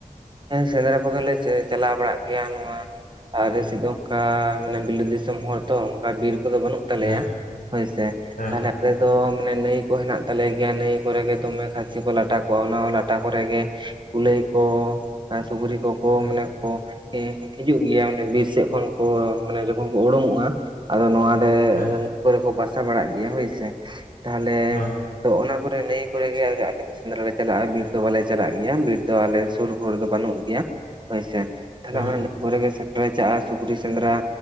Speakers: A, on the right; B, on the left.
A: ᱦᱮᱸ ᱥᱮᱸᱫᱽᱨᱟ ᱠᱚᱫᱚᱞᱮ ᱪᱟᱞᱟᱣ ᱵᱟᱲᱟᱜ ᱜᱮᱭᱟ ᱱᱚᱣᱟ, ᱟᱞᱮ
B: ᱦᱮᱸ
A: ᱥᱮᱫ ᱫᱚ ᱚᱝᱠᱟ ᱢᱟᱱᱮ ᱵᱤᱞᱟᱹᱛ ᱫᱤᱥᱚᱢ ᱦᱚᱲ ᱛᱚ ᱚᱱᱠᱟ ᱵᱤᱨ ᱠᱚᱫᱚ ᱵᱟᱹᱱᱩᱜ ᱛᱟᱞᱮᱭᱟ
B: ᱦᱮᱸ
A: ᱦᱳᱭ ᱥᱮ
B: ᱦᱮᱸ
A: ᱛᱟᱦᱚᱞᱮ ᱟᱞᱮ ᱫᱚ ᱢᱟᱱᱮ ᱱᱟᱹᱭ ᱠᱚ ᱦᱮᱱᱟᱜ ᱛᱟᱞᱮ ᱜᱮᱭᱟ ᱱᱟᱹᱭ ᱠᱚᱨᱮ ᱜᱮ ᱫᱚᱢᱮ ᱠᱷᱟᱹᱥᱤ ᱠᱚ ᱞᱟᱴᱟ ᱠᱚᱣᱟ ᱚᱱᱟ ᱞᱟᱴᱟ ᱠᱚᱨᱮ ᱜᱮ ᱠᱩᱞᱟᱹᱭ ᱠᱚ ᱟᱨ ᱥᱩᱠᱨᱤ ᱠᱚᱠᱚ
B: ᱦᱮᱸ
A: ᱢᱟᱱᱮ ᱠᱚ ᱮ ᱦᱤᱡᱩᱜ ᱜᱮᱭᱟ, ᱵᱤᱨ ᱥᱮᱫ ᱠᱷᱚᱱ ᱠᱚ ᱢᱟᱱᱮ ᱡᱚᱠᱷᱚᱱ ᱩᱲᱩᱝᱚᱜᱼᱟ ᱟᱫᱚ ᱱᱚᱣᱟ ᱨᱮ
B: ᱦᱮᱸ
A: ᱠᱚᱨᱮ ᱠᱚ ᱵᱟᱥᱟ ᱵᱟᱲᱟᱜ ᱜᱮᱭᱟ ᱦᱳᱭᱥᱮ ᱛᱟᱦᱞᱮ
B: ᱦᱮᱸ
A: ᱛᱚ ᱚᱱᱟ ᱠᱚᱨᱮ ᱱᱟᱹᱭ ᱠᱚᱨᱮ ᱜᱮ ᱟᱯᱮ ᱫᱚ ᱥᱮᱸᱫᱽᱨᱟ ᱞᱮ ᱪᱟᱞᱟᱜᱼᱟ ᱵᱤᱨ ᱫᱚ ᱵᱟᱞᱮ ᱪᱟᱞᱟᱜ ᱜᱮᱭᱟ, ᱵᱤᱨ ᱫᱚ ᱟᱞᱮ ᱥᱩᱨᱠᱚᱨᱮ ᱫᱚ ᱵᱟᱹᱱᱩᱜ ᱜᱮᱭᱟ ᱦᱳᱭᱥᱮ, ᱛᱟᱦᱚᱞᱮ
B: ᱦᱮᱸ
A: ᱚᱱᱟ ᱠᱚᱨᱮᱜᱮ ᱥᱮᱸᱫᱽᱨᱟ ᱞᱮ ᱪᱟᱜᱼᱟ ᱥᱩᱠᱨᱤ ᱥᱮᱸᱫᱽᱨᱟ